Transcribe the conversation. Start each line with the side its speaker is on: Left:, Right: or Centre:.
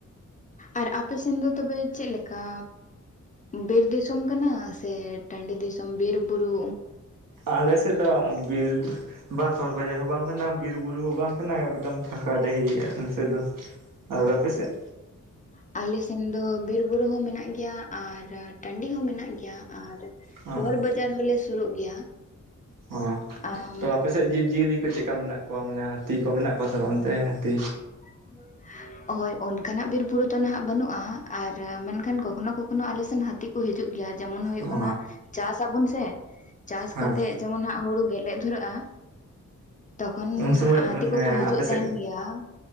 Left: ᱟᱨ ᱟᱯᱮ ᱥᱮᱱ ᱫᱚ ᱛᱚᱵᱮ ᱪᱮᱫ ᱞᱮᱠᱟ ᱵᱤᱨ ᱫᱤᱥᱚᱢ ᱠᱟᱱᱟ ᱥᱮ ᱴᱟᱺᱰᱤ ᱫᱤᱥᱚᱢ ᱵᱤᱨᱵᱩᱨᱩ
Right: ᱟᱞᱮ ᱥᱮᱫ ᱫᱚ ᱵᱤᱨ ᱵᱟ ᱥᱚᱦᱚᱨ ᱵᱟᱡᱟᱨ ᱦᱚᱸ ᱵᱟᱝ ᱠᱟᱱᱟ᱾ ᱵᱤᱨ ᱵᱩᱨᱩ ᱦᱚᱸ ᱵᱟᱝ ᱠᱟᱱᱟ᱾ ᱮᱠᱫᱚᱢ ᱯᱷᱟᱸᱠᱟ ᱰᱟᱹᱦᱤ ᱟᱞᱮ ᱥᱮᱫ ᱫᱚ ᱟᱨ ᱟᱯᱮᱥᱮᱫ?
Left: ᱟᱞᱮᱥᱱ ᱫᱚ ᱵᱤᱨ ᱵᱩᱨᱩ ᱦᱚᱸ ᱢᱮᱱᱟᱜ ᱜᱮᱭᱟ ᱟᱨ ᱴᱟᱺᱰᱤ ᱦᱚᱸ ᱢᱮᱱᱟᱜ ᱜᱮᱭᱟ ᱟᱨ
Right: ᱦᱚᱸ
Left: ᱥᱚᱦᱚᱨ ᱵᱟᱡᱟᱨ ᱦᱚᱸᱞᱮ ᱥᱩᱨᱩᱜ ᱜᱮᱭᱟ᱾
Right: ᱦᱚᱸ
Left: ᱟᱢ
Right: ᱛᱚ ᱟᱯᱮᱥᱮᱫ ᱡᱤᱵᱽ ᱡᱤᱭᱟᱹᱞᱤ ᱠᱚ ᱪᱮᱜ ᱠᱟ ᱢᱮᱱᱟᱜ ᱠᱚᱣᱟ ᱢᱟᱱᱮ ᱦᱟᱹᱛᱤ ᱠᱚ ᱢᱮᱱᱟᱜ ᱠᱚᱣᱟ ᱥᱮ ᱵᱟᱝ? ᱚᱱᱛᱮ ᱦᱟᱹᱛᱤ
Left: <unintelligible> ᱦᱚᱭ ᱚᱱᱠᱟᱱᱟᱜ ᱵᱤᱨ ᱵᱩᱨᱩ ᱫᱚ ᱱᱟᱦᱟᱜ ᱵᱟᱹᱱᱩᱜᱼᱟ ᱟᱨ ᱢᱮᱱᱠᱷᱟᱱ ᱠᱚᱠᱷᱚᱱᱚ ᱠᱚᱠᱷᱚᱱᱚ ᱟᱞᱮᱥᱱ ᱦᱟᱹᱛᱤ ᱦᱤᱡᱩᱜ ᱜᱮᱭᱟ ᱡᱮᱢᱚᱱ ᱦᱩᱭᱩᱜ
Right: ᱚ
Left: ᱠᱟᱱᱟ ᱪᱟᱥ ᱟᱵᱚᱱ ᱥᱮ ᱪᱟᱥ
Right: ᱦᱮᱸ
Left: ᱠᱟᱛᱮᱜ ᱡᱮᱢᱚᱱ ᱦᱟᱸᱜ ᱦᱩᱲᱩ ᱜᱮᱞᱮᱜ ᱫᱷᱩᱨᱟᱹᱜᱼᱟ ᱛᱚᱠᱷᱚᱱ
Right: ᱩᱱ ᱥᱚᱢᱚᱭ
Left: ᱦᱟᱛᱤ
Right: ᱢᱟᱱᱮ
Left: ᱠᱚᱠᱚ ᱦᱤᱡᱩᱜ
Right: ᱟᱯᱮ ᱥᱮᱫ
Left: ᱛᱟᱦᱮᱱ ᱜᱮᱭᱟ ᱾